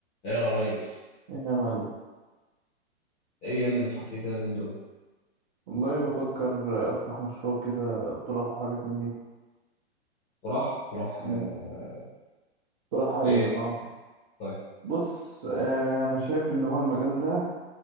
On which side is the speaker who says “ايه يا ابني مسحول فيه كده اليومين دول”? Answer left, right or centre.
Left